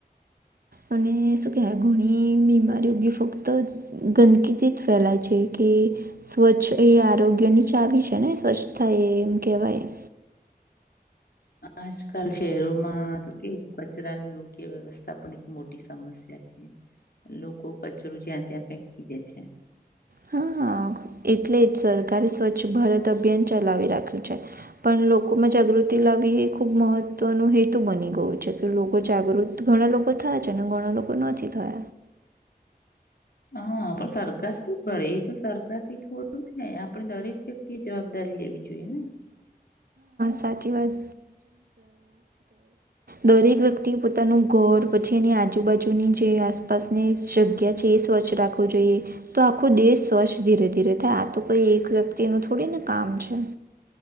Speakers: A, on the right; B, on the left.
A: અને શું કેહેવાય ઘણી બીમારીઓ બી ફક્ત ગંદકીથી ફેલાય છે કે સ્વચ્છ એ આરોગ્ય ની ચાવી છે ને સ્વચ્છ થાય એમ કહેવાયમ
B: આજકાલ શહેરોમાં ટ કેવું કચરા ન યોગ્ય વ્યવસ્થા પણ એક મોટી સમસ્યા છે લોકો કચરો જ્યાં ત્યાં ફેંકી દે છે
A: હા હા એટલે જ સરકારે સ્વચ્છ ભારત અભિયાન ચલાવી રાખ્યું છે પણ લોકોમાં જાગૃતિ લ એ ખુબ મહત્વ ન હેતુ બની ગયું છે કે લોકો જાગૃત ઘણા લોકો થાય છે ને ઘણા તો લોકોનો અથી થય
B: હા પણ સરકાર શું કરે એ તો સરકાર થી થોડું થાય આપે દરેક વ્યક્તિ એ જવાબદારી કરી લેવી જોઈએ ને
A: સાચ વાત દરેક વ્યક્તિ પોતાનું ઘર પછી એની આજુબાજુની જે આસપાસની જગ્યા છે એ સ્વચ્છ રાખવું જોઈએ તો આખું દેશ સ્વચ્છ ધીરે ધીરે થાય આ તો કઈ એક વ્યક્તિનું થોડીને કામ છે